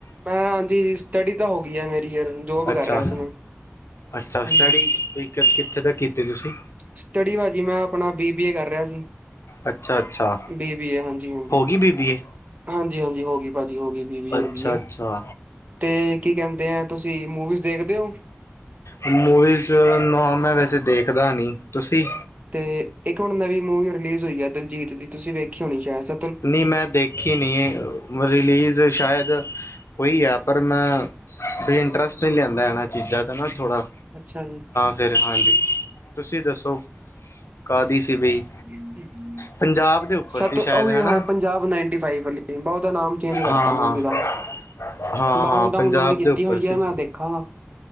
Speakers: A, on the right; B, on the left.
A: ਮੈਂ ਹਾਂਜੀ, ਸਟੱਡੀ ਤਾਂ ਹੋ ਗਈ ਆ ਮੇਰੀ ਯਾਰ, ਜੋਬ
B: ਅੱਛਾ
A: ਕਰ ਰਿਹਾ ਸੀ ਮੈਂ
B: ਅੱਛਾ ਸਟੱਡੀ
A: ਹਾਂਜੀ,
B: ਵੀ ਕਿੱਥੇ ਤੱਕ ਕੀਤੀ ਤੁਸੀਂ
A: ਸਟਡੀ ਭਾਜੀ ਮੈਂ ਆਪਣਾ ਬੀ-ਬੀ-ਏ ਕਰ ਰਿਹਾ ਸੀ।
B: ਅੱਛਾ ਅੱਛਾ
A: ਬੀ-ਬੀ-ਏ ਹਾਂਜੀ ਹੋ ਗੀ,
B: ਗਈ ਬੀ ਬੀ ਏ
A: ਹਾਂਜੀ-ਹਾਂਜੀ ਹੋ ਗੀ ਭਾਜੀ ਹੋ ਗਈ। ਬੀ ਬੀ ਏ ਹੋ
B: ਅੱਛਾ-ਅੱਛਾ।
A: ਗਈ ਹੈ ਤੇ ਕੀ ਕਹਿੰਦੇ ਆ, ਤੁਸੀਂ ਮੂਵੀਜ਼ ਦੇਖਦੇ ਹੋ?
B: ਮੂਵੀਜ਼, ਨਾ ਮੈਂ ਵੈਸੇ ਦੇਖਦਾ ਨੀ, ਤੁਸੀਂ?
A: ਤੇ ਇੱਕ ਹੁਣ ਨਵੀਂ ਮੂਵੀ ਰਿਲੀਜ਼ ਹੋਈ ਆ ਦਲਜੀਤ ਦੀ ਤੁਸੀਂ ਵੇਖੀ ਹੋਣੀ ਸ਼ਾਇਦ ਸ
B: ਨੀਂ ਮੈਂ ਦੇਖੀ ਨਈਂ, ਰਲੀਜ਼ ਸ਼ਾਇਦ ਹੋਈ ਆ ਪਰ ਮੈਂ ਵੀ ਇੰਟਰਸਟ ਨਈਂ ਲਿਆਂਦਾ ਇਹਨਾਂ ਚੀਜ਼ਾਂ ਦਾ ਨਾ ਥੋੜਾ
A: ਅੱਛਾ ਜੀ।
B: ਫੇਰ ਹਾਂਜੀ ਤੁਸੀਂ ਦੱਸੋ ਕਾਹਦੀ ਸੀ ਬਈ
A: <unintelligible>
B: ਪੰਜਾਬ ਦੇ ਉੱਪਰ
A: ਸਤ
B: ਸੀ
A: ਉਹ
B: ਸ਼ਾਇਦ ਹਨਾ
A: ਪੰਜਾਬ ਨਾਈਨਟੀ ਫਾਈਵ ਵਾਲੀ ਬਾ ਉਹਦਾ ਨਾਮ ਚੇਂਜ ਕਰਤਾ
B: ਹਾਂ ਹਾਂ
A: ਮੂਵੀ ਦਾ।
B: ਹਾਂ
A: ਬਾ
B: ਹਾਂ
A: ਹੁਣ ਡਾਊਨਲੋਡ
B: ਪੰਜਾਬ
A: ਕੀਤੀ
B: ਦੇ ਉੱਪਰ
A: ਹੋਈ ਐਂ,
B: ਸੀ
A: ਮੈਂ ਦੇਖ ਹਾਂ,